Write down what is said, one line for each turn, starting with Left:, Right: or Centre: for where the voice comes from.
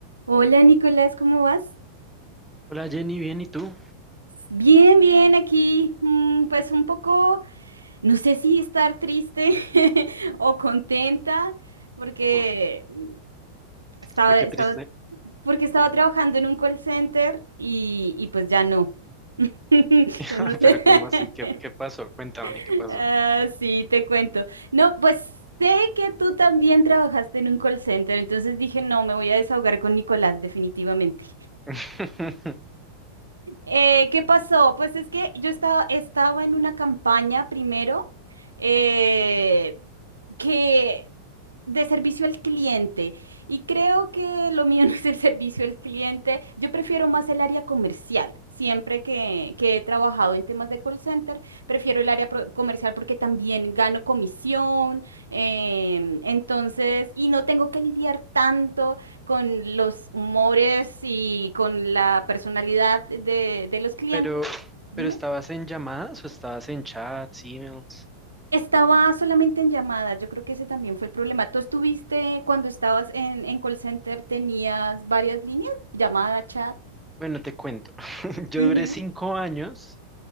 Right: Hola Nicolás, ¿cómo vas?
Centre: Hola Jenny, bien, ¿y tú?
Right: Bien, bien, aquí, mm, pues un poco, no sé si estar triste <laughs> o contenta, porque
Centre: ¿Por,
Right: mm, estaba,
Centre: por qué
Right: estaba-
Centre: triste?
Right: porque estaba trabajando en un call center y, y pues ya no. <laughs> Entonces,
Centre: <laughs>
Right: no sé.
Centre: Pero ¿cómo así? ¿Qué,
Right: <laughs>
Centre: qué pasó? Cuéntame, ¿qué pasó?
Right: Ah, sí, te cuento. No, pues sé que tú también trabajaste en un call center, entonces dije, no, me voy a desahogar con Nicolás, definitivamente.
Centre: <laughs>
Right: Eh, ¿qué pasó? Pues es que yo estaba, estaba en una campaña primero eh, que de servicio al cliente y creo que lo mío <laughs> no es el servicio al cliente, yo prefiero más el área comercial. Siempre que, que he trabajado en temas de call center, prefiero el área pro- comercial porque también gano comisión, em, entonces, y no tengo que lidiar tanto con los humores y con la personalidad de, de los clientes.
Centre: Pero,
Right: Dime.
Centre: pero ¿estabas en llamadas o estabas en chats, emails?
Right: Estaba solamente en llamadas, yo creo que ese también fue el problema. ¿Tú estuviste cuando estabas en, en call center, tenías varias líneas? Llamada, chat.
Centre: Bueno, te cuento. <laughs> Yo
Right: Ujú.
Centre: duré cinco años